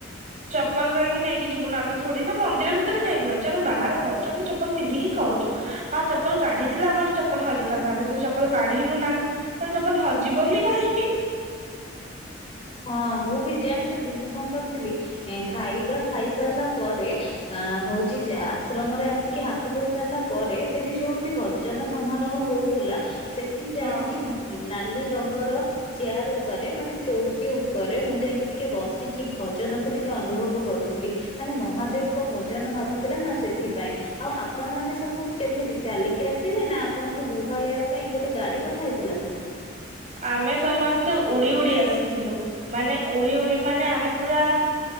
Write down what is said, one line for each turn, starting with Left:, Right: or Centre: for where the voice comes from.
Right: ଚପଲ କାଇଁକି ନେଇକି ଯିବୁନୁ ଆମେ ଥୋଡି ନା ମନ୍ଦିର ଭିତରେ ଯାଇକି ଖାଉଚୁ ଆମେ ବାହାରେ ଖାଉଛୁ ଆମେ ଚପଲ ପିନ୍ଧିକି ଖାଉଛୁ। ହଁ ଚପଲ କାଢିଥିଲେ ଆମର ଚପଲ ହଜିଥାନ୍ତା ଆମେ ତ ଚପଲ କାଢିନୁ ନାଁ ତାହେଲେ ଚପଲ ହଜିବ ହିଁ କାହିଁକି?
Left: ହଁ ମୁଁ ବି ଜାଣିଛନ୍ତି ମୁଁ କଣ କରିଥିଲି ଏ ଖାଇବା ଖାଇସାରିଲା ପରେ ଆ ହଉଛି ଯେ ଆଶ୍ରମରେ ଆସିକି ହାତ ଧୋଇ ସାରିଲା ପରେ ସେଠି ଯୋଉଠି ଭ ଜନ ସମାରୋହ ହଉଥିଲା ସେ ଠି ଯାଇଁକି
Right: ହଁ।
Left: ନାଲି ରଙ୍ଗର ଚେୟାର ଉପରେ ମାନେ ଚୌକି ଉପ ପରେ ମୁଁ ଯାଇଁକି ଟିକେ ବସିକି ଭଜନକୁ ଟିକେ ଅନୁଭବ କରୁଥିଲି। ମାନେ ମହାଦେବଙ୍କ ଭଜନ ଭାଜୁଥିଲା ନା ସେଥିପାଇଁ। ଆଉ ଆପଣ ମାନେ ସବୁ କେମିତି ଚାଲିକି ଆସିଲେ ନା ଆପଣଙ୍କୁ ବୁହାଇବା ପାଇଁ ଗୋଟେ ଗାଡ଼ି ପଠା ହେଇଥିଲା।
Right: ଆମେ ସମସ୍ତେ ଉଡ଼ି ଉଡ଼ି ଆସିଥିଲୁ ମାନେ ଉଡ଼ି ଉଡ଼ି ମାନେ ଆମେ ପୁରା